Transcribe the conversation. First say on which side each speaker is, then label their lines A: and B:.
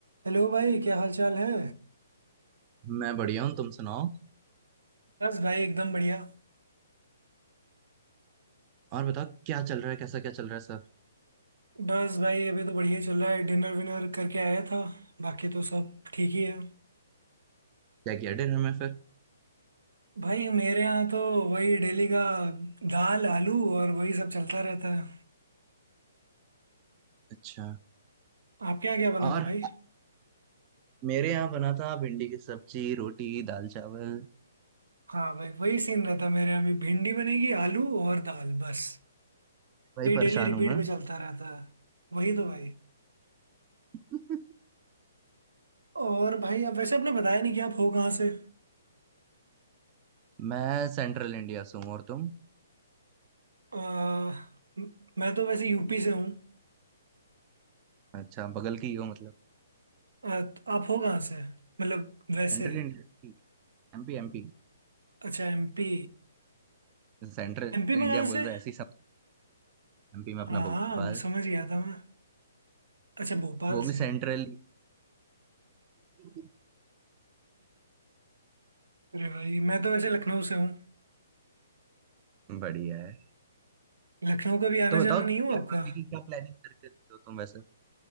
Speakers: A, on the right; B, on the right.
A: Hello भाई क्या हाल चाल है
B: मैं बढ़िया हूँ तुम सुनाओ
A: बस भाई एकदम बढ़िया
B: और बताओ क्या चल रहा है कैसा क्या चल रहा है सब
A: बस भाई अभी तो बढ़िया चल रहा है डिनर विनर करके आया था बाकी तो सब ठीक ही है
B: क्या किया डिनर में फिर
A: भाई मेरे यहाँ तो वही डेली का दाल आलू और वही सब चलता रहता है
B: अच्छा
A: आपके यहाँ क्या बना
B: और
A: था भाई
B: मेरे यहाँ बना था भिंडी की सब्जी रोटी दाल चावल
A: हाँ भाई वही सीन रहता है मेरे यहाँ भी भिंडी बनेगी आलू और दाल बस
B: भाई
A: ये
B: परेशान
A: डेली रिपीट
B: हूँ मैं
A: पे चलता रहता है वही तो भाई
B: <laughs>
A: और भाई आप वैसे आपने बताया नहीं कि आप हो कहाँ से
B: मैं सेंट्रल इंडिया से हूँ और तुम
A: आ, म- मैं तो वैसे यूपी से हूँ
B: अच्छा बगल की ही हो मतलब
A: अ, तो आप हो कहाँ से मतलब वैसे
B: Central India MP MP
A: अच्छा एमपी
B: Central
A: एमपी में
B: India
A: कहाँ
B: बोल
A: से
B: रहा है ऐसी समझ एमपी में
A: हाँ
B: अपना भोपाल
A: हाँ वो समझ गया था मैं अच्छा भोपाल
B: वो भी
A: से
B: सेंट्रल <laughs>
A: अरे भाई मैं तो वैसे लखनऊ से हूँ
B: बढ़िया है
A: लखनऊ का भी आना
B: तो बताओ
A: जाना नहीं
B: क्या
A: हुआ आपका
B: आगे की क्या प्लानिंग करके रखे हो तुम वैसे